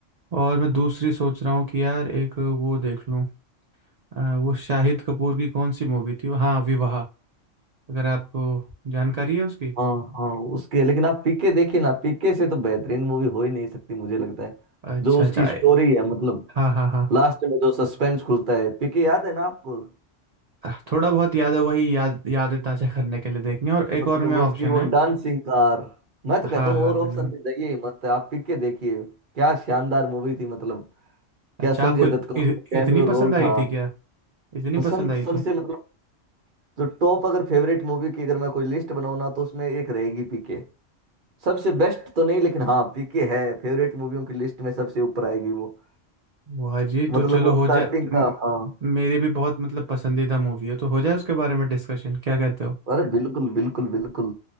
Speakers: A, on the right (about 65°); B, on the right (about 45°).
A: और मैं दूसरी सोच रहा हूँ कि यार एक वो देख लूँ आ, वो शाहिद कपूर की कौन सी मूवी थी वो? हाँ विवाह अगर आपको जानकारी है उसकी
B: हाँ हाँ उसके लेकिन आप पीके देखिए ना पीके से तो बेहतरीन मूवी हो ही नहीं सकती मुझे लगता है
A: अच्छा
B: जो उसकी
A: अच्छा
B: स्टोरी
A: ए-
B: है मतलब
A: हाँ हाँ हाँ
B: लास्ट में जो सस्पेंस खुलता है पीके याद है ना आपको
A: आह, थोड़ा बहुत याद है वही याद यादें ताज़ा करने के लिए देखनी है। और एक
B: मतलब
A: और में ऑप्शन
B: उसकी वो
A: है
B: डांसिंग कार मैं तो कहता
A: हाँ
B: हूँ
A: हाँ
B: और ऑप्शन
A: बिल्कुल
B: पे जाइए ही मत आप पीके देखिए क्या शानदार मूवी थी मतलब क्या
A: अच्छा
B: संजय
A: आपको इत,
B: दत्त का उसमें
A: इ,
B: कैमियो
A: इतनी
B: रोल
A: पसंद आई
B: था
A: थी क्या इतनी
B: पसंद
A: पसंद आई
B: सबसे
A: थी
B: मतलब तो टॉप अगर फेवरेट मूवी की अगर मैं कोई लिस्ट बनाऊँ ना तो उसमें एक रहेगी पीके सबसे बेस्ट तो नहीं लेकिन हाँ पीके है फेवरेट मूवियों की लिस्ट में सबसे ऊपर आएगी वो
A: वाह जी
B: मतलब
A: तो चलो
B: वो
A: हो
B: बिल्कुल स्टार्टिंग
A: जाए म-
B: का हाँ
A: मेरी भी बहुत मतलब पसंदीदा मूवी है तो हो जाए उसके बारे में डिस्कशन क्या कहते हो
B: अरे बिल्कुल बिल्कुल बिल्कुल